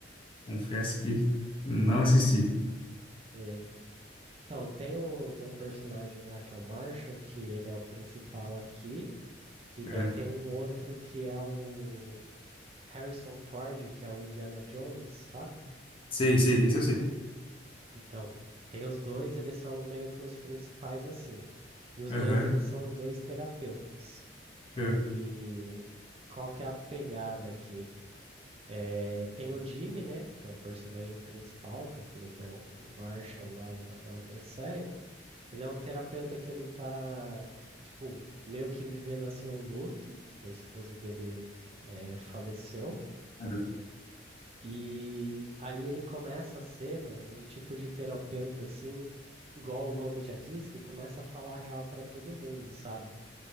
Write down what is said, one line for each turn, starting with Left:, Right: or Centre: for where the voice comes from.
Left: Confesso que não assisti.
Right: E- Então, tem um, tem um personagem lá que é o Marshall, que ele é o principal aqui. E daí
Left: É.
Right: tem um outro que é o Harrison Ford, que é o Indiana Jones, sabe?
Left: Sei, sei. Esse eu sei.
Right: Então, tem os dois, eles são meio que os principais assim. E os
Left: Aham.
Right: dois, eles são dois terapeutas.
Left: aham.
Right: E qual que é a pegada aqui? É, tem o Jimmy, né, que é o personagem principal, que eu falei que é o, o Marshall lá da, da outra série. Ele é um terapeuta que ele tá, tipo, meio que vivendo assim o luto, que a esposa dele eh, faleceu.
Left: Aham.
Right: E aí ele começa a ser, mano, um tipo de terapeuta assim, igual o nome já diz, que começa a falar a real pra todo mundo, sabe?